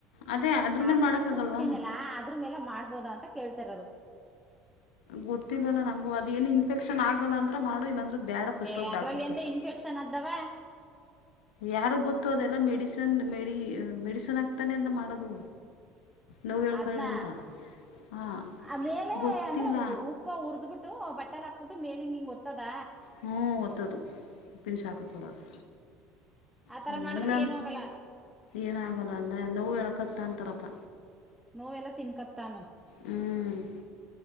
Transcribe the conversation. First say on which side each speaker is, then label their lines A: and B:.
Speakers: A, on the left; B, in the centre.
A: ಅದೇ ಅದ್ರ ಮೇಲೆ
B: ಆತರ
A: ಮಾಡೋಕ್ಕಾಗಲ್ವಾ
B: ಉಂಟುಸ್ಬಿಟ್ಟನಲ್ಲ ಅದ್ರ ಮೇಲೆ ಮಾಡ್ಬೋದ ಅಂತ ಕೇಳ್ತರರು.
A: ಗೊತ್ತಿಲ್ಲವಲ್ಲ ನಂಗು ಅದ ಏನು ಇನ್ಫೆಕ್ಷನ್ ಆಗಲ್ಲ ಅಂದ್ರ ಮಾಡೋ ಇಲ್ಲ ಅಂದ್ರೆ ಬೇಡ ಫಸ್ಟ್
B: ಏ
A: ಹೋಗಿ
B: ಅದ್ರಲ್ಲಿ
A: ಡಾಕ್ಟರ್ ತೋರಿಸು.
B: ಎಂತ ಇನ್ಫೆಕ್ಷನ್ ಆದ್ದವ.
A: ಯಾರು ಗೊತ್ತು ಅದೆಲ್ಲ ಮೆಡಿಸನ್ ಮೆಡಿ ಮೆಡಿಸನ್ ಆಕ್ತಾನೆ ಅದನ್ನ ಮಾಡೋದು. ನೋವ್ ಹೇಳ್ಕೊಳ್ಳಿ
B: ಅದ್ನ
A: ಅಂತ ಹಾಂ
B: ಆ ಮೇಲೆ
A: ಗೊತ್ತಿಲ್ಲ.
B: ಅಂದ್ರೆ ಉಪ್ಪ ಉುರ್ದ್ಬಿಟ್ಟು ಬಟ್ಟೆಲ್ ಹಾಕ್ಬಿಟ್ಟ ಮೇಲೆ ಹಿಂಗ ಹಿಂಗ ಗೊತ್ತದ.
A: ಹ್ಮ್ ಒತ್ತದು. ಉಪ್ಪಿನ ಶಾಖ ಕೊೂಡದು
B: ಆತರ
A: ಹ್ಮ್
B: ಮಾಡಿದ್ರೆ
A: ಇಲ್ಲ
B: ಏನು ಆಗಲ್ಲ
A: ಏನಾಗಲ್ಲ ಅಂದ್ರ ನವು ಎಳಕತ್ತ ಅಂತಾರಪ್ಪ.
B: ನೋವೆಲ್ಲ ತಿನ್ಕತಾ ಅನ್ನು.
A: ಹ್ಮ್